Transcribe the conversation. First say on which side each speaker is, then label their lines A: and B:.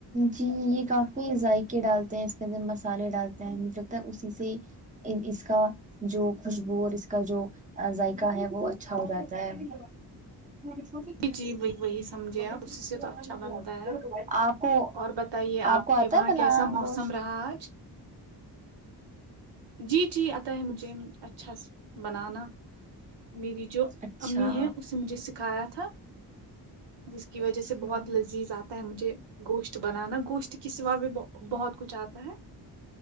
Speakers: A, on the right (about 20°); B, on the right (about 85°).
A: جی یہ کافی ذائقے ڈالتے ہیں اس کے اندر مسالے ڈالتے ہیں مجھے لگتا ہے اسی سے اس کا جو خوشبو اور اس کا جو ذائقہ ہے وہ اچھا ہو جاتا ہے چھوٹے
B: جی جی وہی وہی سمجھے
A: نہیں
B: آپ
A: س
B: اسی سے تو اچھا بنتا ہے
A: آپ کو
B: اور بتائیے
A: آپ کو آتا
B: کے وہاں
A: ہے بنانا
B: کیسا موسم
A: گوشت
B: آج جی جی آتا ہے مجھے اچھا بنانا میری جو
A: اچھا
B: امی ہے اس نے مجھے سکھایا تھا آس کی وجہ
A: اچھا
B: سے بہت لذیذ آتا ہے مجھے گوشت بنانا گوشت اس سوا بھی بہت کچھ آتا ہے